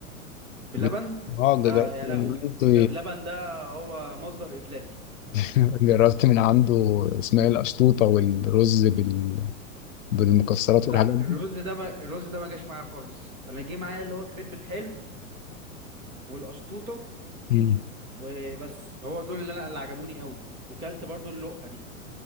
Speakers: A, on the right; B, on the left.
A: بلبن
B: ب- اه جربت
A: ده يا
B: من
A: لهوي
B: عنده
A: ده بلبن ده هو مصدر افلاسي
B: <laughs> جربت من عنده اسماعيل قشطوطه والرز بال بالمكسرات
A: آه، لا
B: والحاجات دي
A: الرز ده ما... الرز ده ما جاش معايا خالص انا جه معايا اللي هو كريب الحلو والقشطوطه
B: مم.
A: وبس هو دول اللي انا اللي عجبوني قوي وكلت برضو اللقه دي